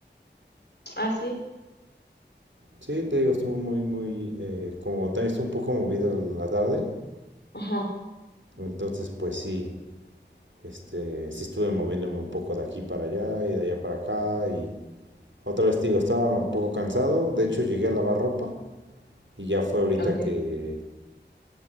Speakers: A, on the left; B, on the right.
A: Ah, sí.
B: Sí, te digo, estuvo muy, muy, eh, como también estuvo un poco movida la tarde,
A: Ajá.
B: entonces pues sí, este, sí estuve moviéndome un poco de aquí para allá y de allá para acá y otra vez te digo, estaba un poco cansado, de hecho llegué a lavar ropa y ya fue ahorita
A: Ok.
B: que,